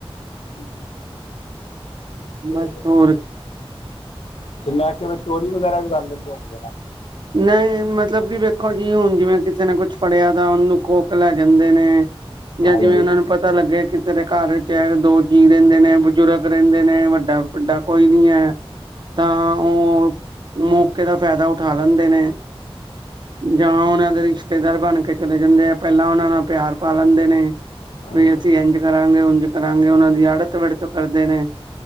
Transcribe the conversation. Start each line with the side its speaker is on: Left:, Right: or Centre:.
Left: ਹਾਂਜੀ। <inaudible>
Right: ਬਸ ਹੋਰ
Left: ਮੈਂ ਕੇ ਚੋਰੀ ਵਗੈਰਾ ਵੀ ਕਰ ਦਿੰਦੇ ਹੁੰਦੇ ਨਾਂ।
Right: ਨਹੀਂ ਮ। ਮਤਲਬ ਕਿ ਵੇਖੋ ਜੀ ਵਹੁਣ ਜਿਵੇਂ ਕਿਸੇ ਨੇ ਕੁਛ ਫੜਿਆ ਤਾਂ। ਉਹਨੂੰ ਖੋ ਕੇ ਲੈ ਜਾਂਦੇ ਨੇ।
Left: ਹਾਂਜੀ
Right: ਜਾਂ ਜਿਵੇਂ ਉਹਨਾਂ ਨੂੰ ਪਤਾ ਲੱਗਿਆ। ਕਿਸੇ ਦੇ ਘਰ ਚ ਦੋ ਜੀਅ ਰਿੰਦੇ ਨੇ ਬਜ਼ੁਰਗ। ਰਹਿੰਦੇ ਨੇ ਵੱਡਾ- ਵੱਡਾ ਕੋਈ ਨੀ ਹੈ। ਤਾਂ, ਉਹ ਮੌਕੇ ਦਾ ਫਾਇਦਾ ਉੱਠਾ ਲੈਂਦੇ ਨੇ। ਜਾਂ ਉਹਨਾਂ ਦੇ ਰਿਸ਼ਤੇਦਾਰ ਬਣ ਕੇ ਚਲੇ ਜਾਂਦੇ ਆ। ਪਹਿਲਾਂ ਉਹਨਾਂ ਨਾਲ ਪਿਆਰ ਪਾ ਲੈਂਦੇ ਨੇ।
Left: ਹਾਂਜੀ
Right: ਵੀ ਅਸੀਂ ਇੰਝ ਕਰਾਂਗੇ, ਉਝ ਕਰਾਂਗੇ। ਉਹਨਾਂ ਦੀ ਆੜਤ ਵੜਤ ਕਰਦੇ ਨੇ।